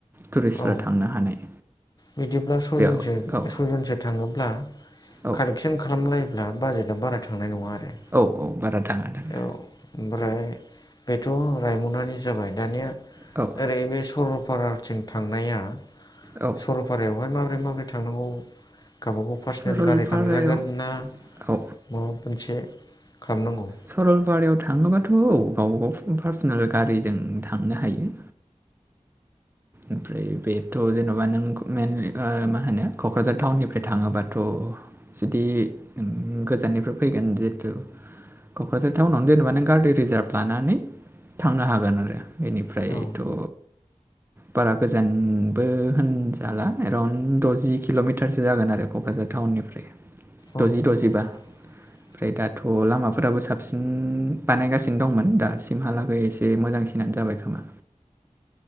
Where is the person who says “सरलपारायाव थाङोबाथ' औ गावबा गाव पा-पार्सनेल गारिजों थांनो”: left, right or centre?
Right